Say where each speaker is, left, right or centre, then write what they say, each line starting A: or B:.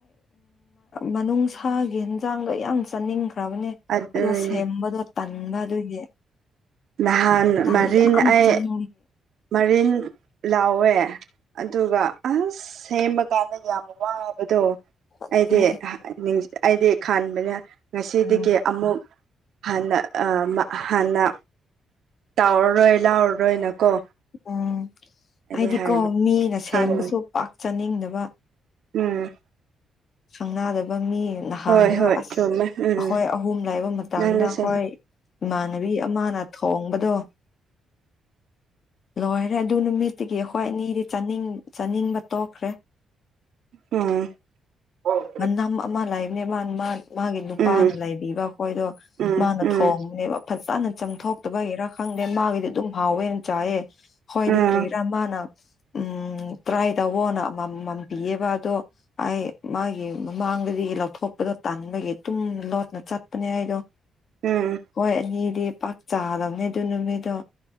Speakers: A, on the left; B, on the right.
A: ꯃꯅꯨꯡꯁꯥꯒꯤ ꯏꯟꯁꯥꯡꯗꯣ ꯌꯥꯝ ꯆꯥꯅꯤꯡꯈ꯭ꯔꯕꯅꯦ
B: ꯑꯗꯨꯅꯦ
A: ꯑꯗꯣ ꯁꯦꯝꯕꯗꯣ ꯇꯟꯕ ꯑꯗꯨꯒꯤ
B: ꯅꯍꯥꯟ ꯃꯔꯤꯟ
A: ꯃꯤ ꯌꯥꯝ
B: ꯑꯩ
A: ꯆꯪ
B: ꯃꯔꯤꯟ ꯂꯥꯎꯋꯦ ꯑꯗꯨꯒ ꯑꯁ ꯁꯦꯝꯃ ꯀꯥꯟꯗ ꯌꯥꯝ ꯋꯥꯕꯗꯣ
A: ꯑꯗꯨꯅꯦ
B: ꯑꯩꯗꯤ ꯑꯩꯗꯤ ꯈꯟꯕꯅ ꯉꯁꯤꯗꯒꯤ
A: ꯎꯝ
B: ꯑꯃꯨꯛ ꯍꯟꯅ ꯍꯥꯟꯅ ꯇꯥꯎꯔꯔꯣꯏ ꯂꯥꯎꯔꯔꯣꯏꯅꯀꯣ
A: ꯎꯝ
B: ꯑꯩꯗꯤ
A: ꯍꯥꯏꯗꯤꯀꯣ
B: ꯍꯥꯏꯕ
A: ꯃꯤꯅ ꯁꯦꯝꯕꯁꯨ
B: ꯈꯟꯕꯅꯦ
A: ꯄꯥꯛ ꯆꯥꯅꯤꯡꯗꯕ
B: ꯎꯝ
A: ꯁꯪꯅꯥꯗꯕ ꯃꯤ ꯅꯍꯥꯟꯗꯣ
B: ꯍꯣꯏ ꯍꯣꯏ
A: ꯑꯁ
B: ꯆꯨꯝꯃꯦ ꯎꯝ
A: ꯑꯩꯈꯣꯏ ꯑꯍꯨꯝ ꯂꯩꯥꯛꯕ ꯃꯇꯝꯗ
B: ꯅꯪꯅ
A: ꯑꯩꯈꯣꯏ
B: ꯁꯦꯝꯕ
A: ꯏꯃꯥꯟꯅꯕꯤ ꯑꯃꯅ ꯊꯣꯡꯕꯗꯣ ꯂꯣꯏꯔꯦ ꯑꯗꯨ ꯅꯨꯃꯤꯠꯗꯒꯤ ꯑꯩꯈꯣꯏ ꯑꯅꯤꯗꯤ ꯆꯥꯅꯤꯡꯕ ꯇꯣꯛꯈ꯭ꯔꯦ
B: ꯎꯝ ꯎꯝ
A: ꯃꯅꯝ ꯑꯃ ꯂꯥꯏꯕꯅꯦ ꯃꯥ ꯃꯥ ꯃꯥꯒꯤ ꯅꯨꯄꯥꯅ
B: ꯎꯝ
A: ꯂꯩꯕꯤꯕ ꯑꯩꯈꯣꯏꯗꯣ
B: ꯎꯝ
A: ꯃꯥꯅ ꯊꯣꯡꯕꯅꯦꯕ ꯐꯖꯅ ꯆꯥꯝꯊꯣꯛꯇꯕꯒꯤꯔꯥ ꯈꯪꯗꯦ ꯃꯥꯒꯤꯗꯤ ꯑꯗꯨꯝ ꯍꯥꯎꯋꯦꯅ ꯆꯥꯏꯑ ꯍꯣꯏ
B: ꯎꯝ
A: ꯀꯔꯤꯔ ꯃꯥꯅ ꯎꯝ ꯇ꯭ꯔꯥꯏ ꯇꯧꯋꯣꯅ ꯑꯃꯃꯝꯕꯤꯌꯦꯕ ꯑꯗꯣ ꯑꯩ ꯃꯥꯒꯤ ꯃꯃꯥꯡꯗꯒꯤ ꯂꯧꯊꯣꯛꯄꯗꯣ ꯇꯥꯟꯕꯒꯤ ꯇꯨꯝꯅ ꯂꯣꯠꯅ ꯆꯠꯄꯅꯦ ꯑꯩ ꯑꯩꯈꯣꯏ
B: ꯎꯝ
A: ꯑꯅꯤꯗꯤ ꯄꯥꯛ ꯆꯥꯗꯕꯅꯦ ꯑꯗꯨ ꯅꯨꯃꯤꯠꯗꯣ